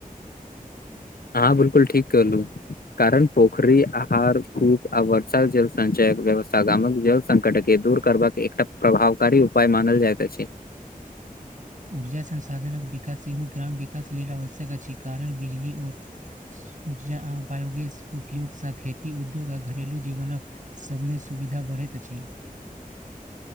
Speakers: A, on the left; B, on the right.
A: हँ बिल्कूल ठीक कहलू कारण पोखरी आहर खूब आ वर्ष जलसचय व्यवस्था गामक संकट के दूर करबाकऽ एकटा प्रभावकारी उपाय मानल जाइत अछि
B: ऊर्जा संसाधनक विकास सेहो ग्राम विकास लेलऽ आवश्यक अछि कारण बिजली ओर ऊर्जा आ बायोगस उपयोगसँ खेत। उद्योग आ घरेलू जीवनक सभमे सुविधा बढ़ैत अछि